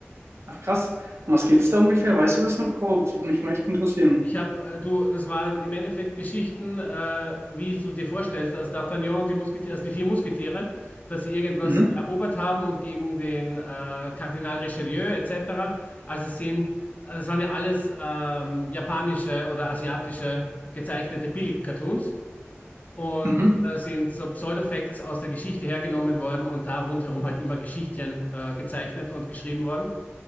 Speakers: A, on the right (about 75°); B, on the left (about 35°).
A: Ach krass. Um was geht's da ungefähr? Weißt du das noch grob? Das würde mich mal echt interessieren.
B: Ich habe, äh, du, das waren im Endeffekt Geschichten, äh, wie du dir vorstellst, als D'Artagnan und die Musketiere, also die vier Musketiere, dass sie irgendwas
A: Mhm.
B: erobert haben und gegen den äh, Kardinal Richelieu etc. Also es sind, also es waren ja alles ähm, japanische oder asiatische gezeichnete Billig-Cartoons und
A: Mhm.
B: da sind so Pseudo-Facts aus der Geschichte hergenommen worden und da rundherum halt immer Geschichtchen äh, gezeichnet und geschrieben worden.